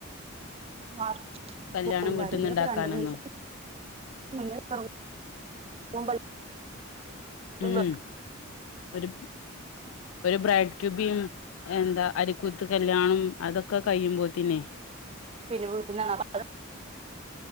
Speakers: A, on the right; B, on the left.
A: <unintelligible>
B: കല്യാണം വീട്ടിന്ന് ഇണ്ടാക്കാനൊന്നും
A: <unintelligible>
B: ഉം.
A: വെക്കും
B: വരും. ഒരു ബ്രൈഡ് ട്യൂബിയും എന്താ അരിക്കൂത്ത് കല്യാണം അതൊക്കെ കഴിയുമ്പോത്തിന്
A: പിന്നെ വീട്ടന്ന <unintelligible>